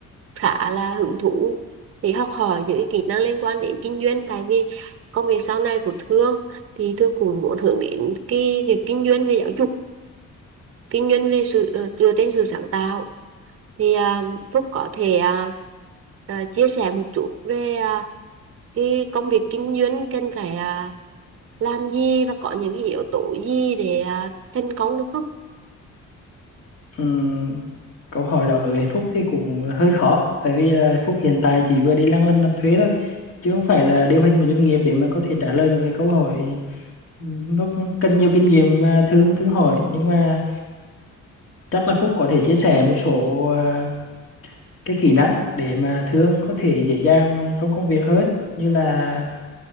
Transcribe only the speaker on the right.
khá là hứng thú để học hỏi những cái kỹ năng liên quan đến kinh doanh tại vì công việc sau này của Thương thì Thương cũng muốn hướng đến cái việc kinh doanh về giáo dục kinh doanh về sự ờ, dựa trên sự sáng tạo thì à, Phúc có thể à, à, chia sẻ một chút về à, cái công việc kinh doanh cần phải à, làm gì và có những cái yếu tố gì để à, thành công được không?